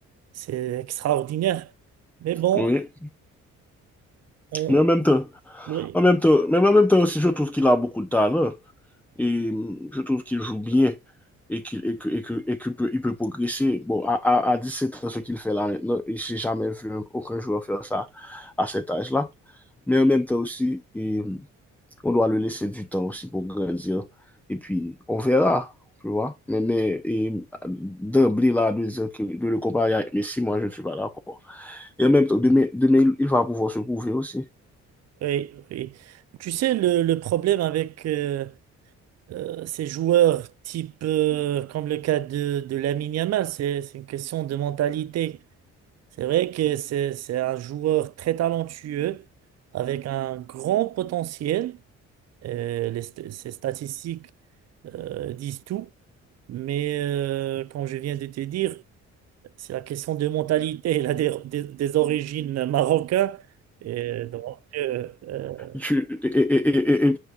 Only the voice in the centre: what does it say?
Oui.
Mais en même temps,
en même temps, mais en même temps aussi, je trouve qu'il a beaucoup de talent. Et euh, je trouve qu'il joue bien et qu'il et que, et que, et que peut, il peut progresser. Bon, à, à, à 17 ans, ce qu'il fait là maintenant, je n'ai jamais vu aucun joueur faire ça à cet âge-là. Mais en même temps aussi, et on doit le laisser du temps aussi pour grandir. Et puis, on verra, tu vois. Mais, mais et d'emblée, là, de, dire que- de le comparer avec Messi, moi, je ne suis pas d'accord. Et en même temps, demain, demain, il- va pouvoir se prouver aussi.
Tu- et, et- et- et-